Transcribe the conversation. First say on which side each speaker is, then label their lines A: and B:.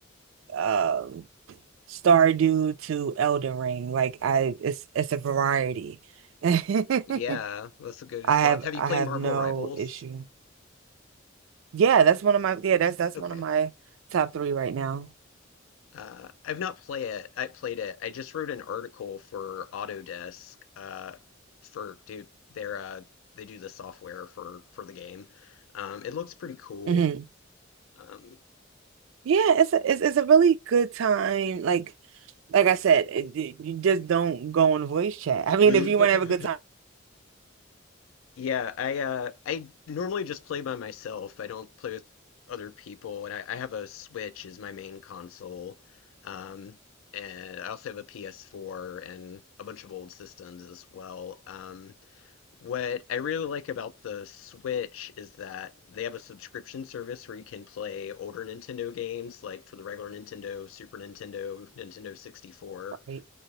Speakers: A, on the right; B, on the left.
A: um, Stardew to Elden Ring. Like I, it's it's a variety. <laughs> I
B: Yeah, that's a good
A: have
B: swath. Have you
A: I
B: played
A: have
B: Marvel
A: no
B: Rivals?
A: issue. Yeah, that's one of my yeah that's that's
B: Okay.
A: one of my top three right now.
B: Uh, I've not play it. I played it. I just wrote an article for Autodesk. Uh, for dude, their uh, they do the software for for the game. Um, it looks pretty cool.
A: Mhm.
B: Um,
A: Yeah, it's a it's, it's a really good time. Like like I said, it, it- you just don't go on voice chat. I mean,
B: <laughs>
A: if you want to have a good time,
B: Yeah, I uh I normally just play by myself. I don't play with other people, and I, I have a Switch as my main console. Um, and I also have a PS4 and a bunch of old systems as well. Um, what I really like about the Switch is that they have a subscription service where you can play older Nintendo games, like for the regular Nintendo, Super Nintendo, Nintendo 64.
A: right?